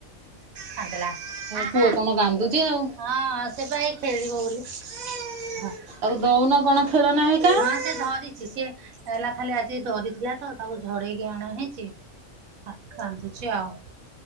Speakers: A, on the right; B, on the right.
A: ହଁ
B: ତମ ପୁଅ
A: ସେ
B: କଣ କାନ୍ଦୁଛି ଆଉ
A: ଖ ହ ବଲି
B: ଆଉ ଦଉନ କଣ? ଖେଳନା ହେଇକା
A: ହଁ ସେ ଧରିଛି ସିଏ ହେଲା ଖାଲି ଆଜି ଧରି ଥିଲା ତ ତାକୁ ଝଡେଇକି ଆଣ ହେଇଛି କାନ୍ଦୁଚ ଆଉ।